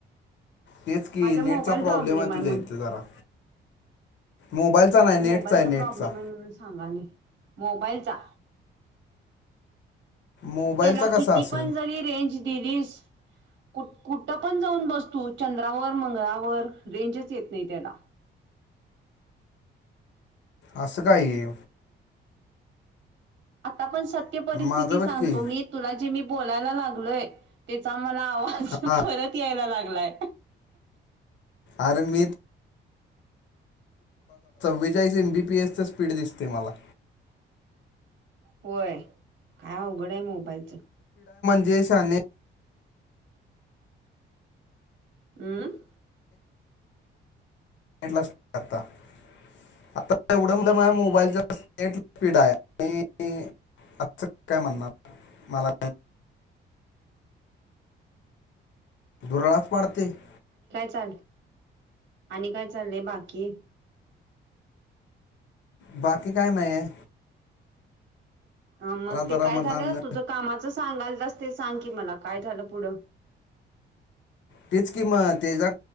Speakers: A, on the left; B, on the right.
A: तेच की
B: माझ्या मोबाईल
A: नेटचा प्रॉब्लेम आहे तुझ्या
B: म्हण
A: इथं जरा मोबाईलचा
B: माझ्या
A: नाही नेटचा
B: मोबाईलचा
A: आहे नेटचा
B: प्रॉब्लेम आहे म्हणून सांगाले मोबाईलचा
A: मोबाईलचा
B: त्याला किती
A: कसा असेल
B: पण जरी रेंज दिलीस कु कुठं पण जाऊन बस तू चंद्रावर मंगळावर रेंजच येत नाही त्याला
A: अस काय हे
B: आता पण सत्य परिस्थिती
A: माझं बघ
B: सांगतो
A: की
B: मी तुला जे मी बोलायला लागलोय त्याचाला आवाज
A: हां
B: परत यायला लागलाय
A: आर म <unintelligible> वेजईस एम बीपीएसच स्पीड दिसते मला
B: होय काय अवघड आहे मोबाइईलच
A: जेशने <unintelligible>
B: हम्म
A: टला लागता <unintelligible> आता एवढंम माझ्या मोबाईलचा नेट स्पीड आहे आणि अस काय म्हणणार मला दुरळस पाडते <unintelligible>
B: चा आणि काय चाललंय बाकी
A: बाकी काय नाही आहे.
B: ह मग ते
A: जरा
B: काय
A: म्हणणार
B: झालं, तुझं कामाचं सांगालतास ते सांग. ते मला काय झालं पुढं?
A: तेच किं मग तेजा